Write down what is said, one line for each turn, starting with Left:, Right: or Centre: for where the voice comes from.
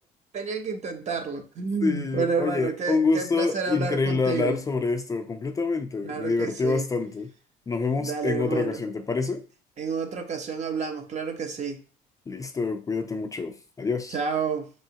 Right: tenía que intentarlo. Bueno,
Left: Sí,
Right: hermano,
Left: oye,
Right: qué,
Left: un gusto
Right: qué placer
Left: increíble
Right: hablar contigo.
Left: hablar sobre esto completamente.
Right: Claro
Left: Me divertí
Right: que sí.
Left: bastante. Nos vemos
Right: Dale,
Left: en
Right: hermano.
Left: otra ocasión, ¿te parece?
Right: En otra ocasión hablamos, claro que sí.
Left: Listo, cuídate mucho. Adiós.
Right: Chao.